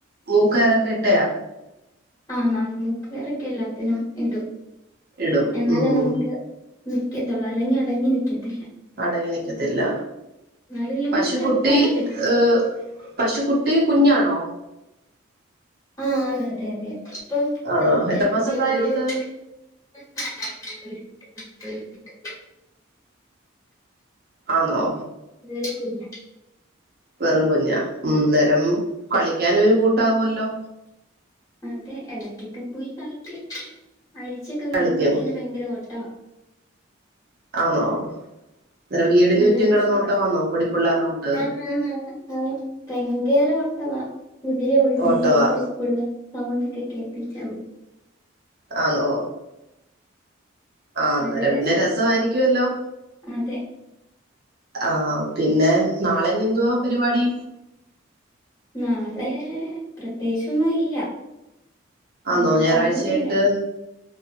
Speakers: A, on the right (about 50°); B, on the left (about 15°).
A: മൂക്കയറൊക്കെ ഇട്ടയാ?
B: ആന്ന് ആന്ന് മ്മുക്കയറൊക്കെ എല്ലാത്തിനും ഇടും
A: ഇടും
B: എന്നാലെ
A: ഉം
B: നമുക്ക് നിക്കത്തൊള്ളൂ അല്ലെങ്കിൽ അടങ്ങി നക്കത്തില്ല.
A: അടങ്ങി നിക്കത്തില്ല
B: നല്ല ലൂസാക്കിയാണ്
A: പശുക്കുട്ടി
B: കെട്ടുന്നത്
A: ഏവ് പശുക്കുട്ടി കുഞ്ഞാണോ?
B: ആഹ് ആന്ന് അതെ അതെ അതെ ഇപ്പം
A: ആണോ
B: <unintelligible>
A: എത്ര മാസം പ്രായമുണ്ട്
B: <unintelligible>
A: ആന്നോ
B: നറകുഞ്ഞ
A: വെറും കുഞ്ഞ ഉം നേരം കളിക്കാനൊരു കൂട്ടാവുല്ലോ
B: അതെ ഇടയ്ക്കൊക്കെ പോയി കളക്കും അഴിച്ചൊക്കെ വിടുമ്പത്തീനും
A: കളിക്കും
B: ഭയങ്കര ഓട്ടാ
A: ആണോ അന്നേരം വീടിനുറ്റും
B: നല്ല രസവാ
A: കെടനോട്ടമാന്നോ പൊടിപ്പിള്ളേരു കൂട്ട്
B: ആന്ന് ആന്ന് ആന്ന് ഭയങ്കര ഓട്ടവാ കുതിര ഓടുന്നേന്റെ
A: ഓട്ടവാ
B: കൂട്ട് സൗണ്ടൊക്കെ കേപ്പിച്ചാ
A: ആന്നൊ ആ അന്നേരം
B: നല്ല രസവാ
A: പിന്നെ രസവായിരിക്കല്ലോ
B: അതെ
A: ആഹ പിന്നെ നാളെ ഇനി എന്തുവാ പരിപാടി
B: നാളെ പ്രത്യേകിച്ചൊന്നും ഇല്ല
A: ആന്നോ
B: അങ്ങനെ
A: ഞായറാഴ്ചയായിട്ട്
B: പറഞ്ഞിട്ടില്ല